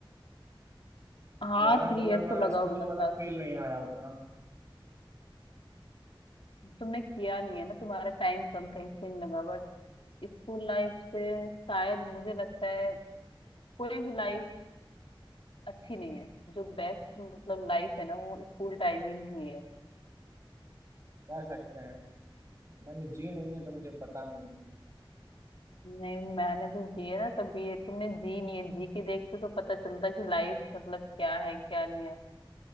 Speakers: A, on the left; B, on the right.
A: हाँ
B: इलेवन
A: थ्री
B: 12
A: इयर तो
B: वाला
A: लगा
B: स्कूल
A: हुआ था
B: वाला फील नहीं आया उतना
A: तुमने किया नहीं है ना तुम्हारा टाइम कम था इसलिए नहीं लगा बट स्कूल लाइफ से शायद मुझे लगता है कोई भी लाइफ अच्छी नहीं है जो बेस्ट मतलब लाइफ है ना वो स्कूल टाइमिंग ही है
B: कह सकते हैं मैंने जी नहीं है तो मुझे पता नहीं है
A: नहीं मैंने तो जी है ना कभी ये तुमने जी नहीं है जी के देखते तो पता चलता कि लाइफ मतलब क्या है क्या नहीं है